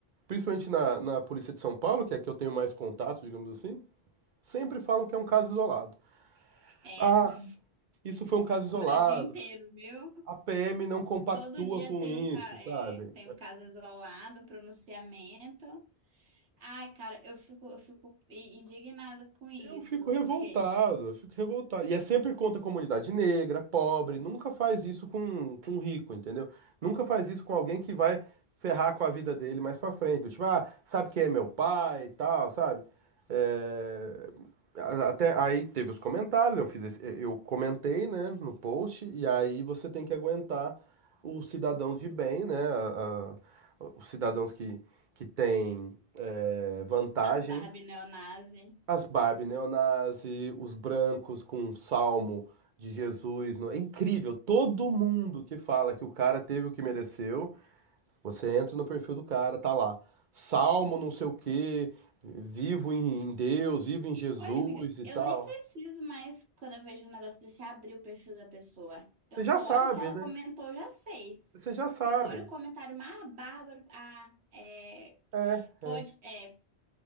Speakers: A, on the right (about 55°); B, on the right (about 75°).
A: principalmente na, na polícia de São Paulo, que é a que eu tenho mais contato, digamos assim, sempre falam que é um caso isolado.
B: É,
A: Ah,
B: <laughs>
A: isso foi um caso isolado.
B: Brasil inteiro, viu?
A: A PM não compactua
B: Todo dia
A: com
B: tem
A: isso,
B: um, ca- é,
A: sabe?
B: tem um caso isolado, um pronunciamento. Ai, cara, eu fico, eu fico i- indignada com isso,
A: Eu fico revoltado,
B: porque
A: eu fico revoltado. E é sempre contra a comunidade negra, pobre, nunca faz isso com, com um rico, entendeu? Nunca faz isso com alguém que vai ferrar com a vida dele mais pra frente. do Tipo, ah, sabe quem é meu pai e tal, sabe? É, a- Até aí teve os comentários, eu fiz esse- eu comentei, né, no post, e aí você tem que aguentar os cidadãos de bem, né? a- a- os cidadãos que, que têm é, vantagem
B: as Barbie neonazi.
A: as Barbie, neonazi, os brancos com o salmo de Jesus. no- É incrível. Todo mundo que fala que o cara teve o que mereceu, você entra no perfil do cara, tá lá. Salmo não sei o quê, vivo em Deus, vivo em Jesus
B: Olha, amiga,
A: e
B: eu
A: tal.
B: nem preciso mais, quando eu vejo um negócio desse, abrir o perfil da pessoa. Eu
A: Você
B: só
A: já sabe,
B: olho o que ela
A: né?
B: comentou, eu já sei.
A: Você já sabe.
B: Eu olho o comentário mais bárbaro. Ah, é,
A: É.
B: pode, é,